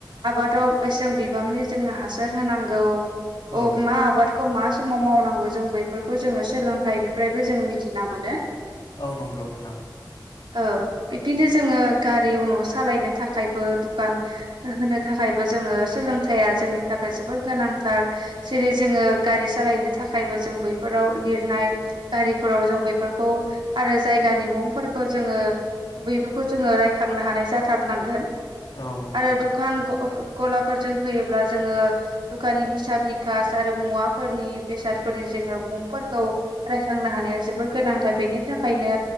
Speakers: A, on the right (about 85°); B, on the left (about 70°).
A: आबादाव बेसेबां बिबांनि जोङो हासार होनांगौ
B: औ
A: अ मा आबाद खौ मा समाव मावनांगौ जों बैफोरखौ जोङो सोलोंथाइनिफ्रायबो जों मिथिना मोनो
B: औ नंगौ नोंथां
A: औ बिदिनो जोङो गारि उनाव सालायनो थाखायबो दुखान होनो थाखायबो जोङो सोलोंथाइया जोंनि थाखाय जोबोद गोनांथार जेरै जोङो गारि सालायनो था थाखायबो जों बैफोराव लिरनाय गारिफोराव जों बैफोरखौ आरो जायगानि मुंफोरखौ जोङो बैफोरखौ रायखांनो हानाय जाथारनांगोन
B: औ नंगौ
A: आरो दखान गलाफोरजों होयोब्ला जोङो दखाननि हिसाब निखास्ट आरो मुवाफोरनि बेसाद फोरनि जोङो मुंफोरखौ रायखांनो हानाया जोबोद गोनांथार बेनि थाखायनो